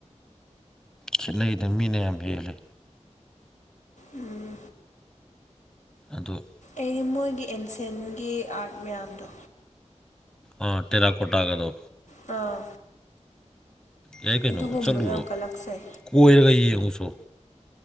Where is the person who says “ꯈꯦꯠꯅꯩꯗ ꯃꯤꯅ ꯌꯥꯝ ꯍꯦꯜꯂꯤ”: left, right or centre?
Centre